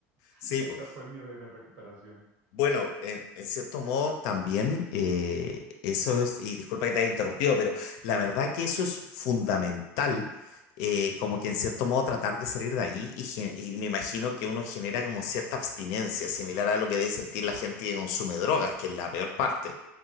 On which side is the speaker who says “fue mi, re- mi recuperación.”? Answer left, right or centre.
Right